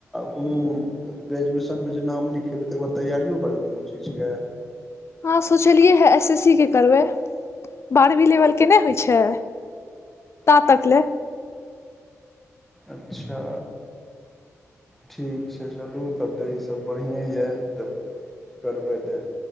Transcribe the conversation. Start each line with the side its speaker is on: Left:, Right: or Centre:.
Centre: कोनो ग्रेजुएशनमे जे नाम लिखेबै तकर बाद तैयारियो करबै कोनो चीजके
Left: हँ, सोचलियै हँ, एसएससी के करबै। बारहवीं लेवल के नहि होइ छै? त तक लै
Centre: अच्छा। ठीक छै चलू तब तऽ ईसभ बढ़िए यए जब करबै तऽ